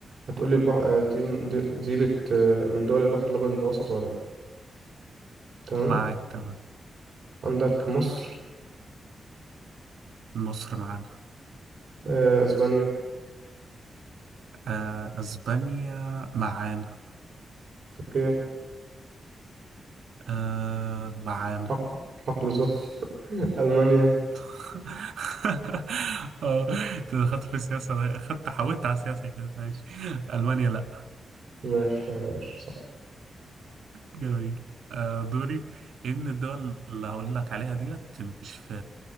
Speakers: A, on the right; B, on the right.
A: هتقولي البح... دي دي, دي بت... من دول البحر الأبيض المتوسط ولا لأ تمام
B: معاك تمام
A: عندك مصر
B: مصر معانا
A: آه، أسبانيا
B: آه، اسبانيا معانا
A: تركيا
B: آه، معانا
A: حق حقل زهر <laughs> ألمانيا
B: <laughs> اه انت دخلت في السياسة انا اخدت حاولت على السياسة كده ماشي المانيا لا
A: ماشي تمام يا باشا صح
B: جميل آه، دوري ايه من الدول اللي هقول لك عليها ديت مش في